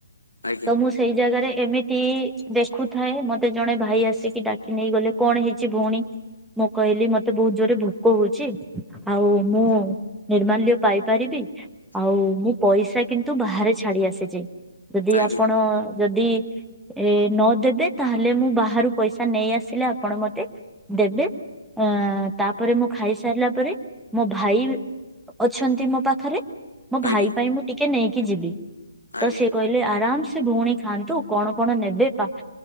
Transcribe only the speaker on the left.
ଆଜ୍ଞା
ଆଜ୍ଞା
ଆଜ୍ଞା
ଆଜ୍ଞା